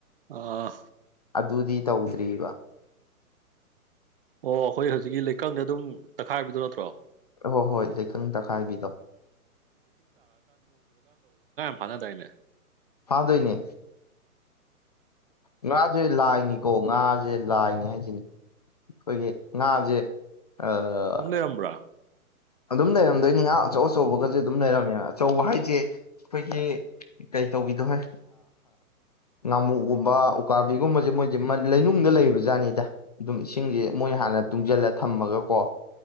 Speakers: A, on the right; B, on the left.
A: ꯑꯥ
B: ꯑꯗꯨꯗꯤ ꯇꯧꯗ꯭ꯔꯤꯕ
A: ꯑꯣ ꯑꯩꯈꯣꯏ ꯍꯧꯖꯤꯛꯀꯤ ꯂꯩꯀꯪꯗ ꯑꯗꯨꯝ ꯇꯛꯈꯥꯏꯕꯗꯨ ꯅꯠꯇ꯭ꯔꯣ
B: ꯍꯣꯏ ꯍꯣꯏ ꯂꯩꯀꯪ ꯇꯛꯈꯥꯏꯕꯤꯗꯣ
A: ꯐꯥꯅ ꯗꯥꯏꯅꯦ
B: ꯐꯥꯗꯣꯏꯅꯦ ꯉꯥꯖꯦ ꯂꯥꯢꯅꯤ ꯀꯣ ꯉꯥꯖꯦ ꯂꯥꯏꯅꯦ ꯍꯥꯏꯁꯤꯅꯤ ꯑꯩꯈꯣꯏꯒꯤ ꯉꯥꯖꯦ ꯑꯥ
A: ꯑꯗꯨꯝ ꯂꯩꯔꯝꯕ꯭ꯔꯥ
B: ꯑꯗꯨꯝ ꯂꯩꯔꯝꯗꯣꯏꯅꯤ ꯉꯥ ꯑꯆꯧ ꯑꯆꯧꯕꯒꯁꯦ ꯑꯗꯨꯝ ꯂꯩꯔꯝꯃꯦ ꯑꯆꯧꯕ ꯍꯥꯏꯁꯦ ꯑꯩꯈꯣꯏꯒꯤ ꯀꯩꯇꯧꯕꯤꯗꯣ ꯍꯣꯏ ꯉꯥꯃꯨꯒꯨꯝꯕ ꯎꯀꯥꯕꯤꯒꯨꯝꯕꯁꯦ ꯃꯣꯏꯁꯦ ꯂꯩꯅꯨꯡꯗ ꯂꯩꯕ ꯖꯥꯠꯅꯤꯗ ꯑꯗꯨꯝ ꯏꯁꯤꯡꯁꯦ ꯃꯣꯏꯅ ꯍꯥꯟꯅ ꯇꯨꯡꯁꯤꯜꯂ ꯊꯝꯃꯒ ꯀꯣ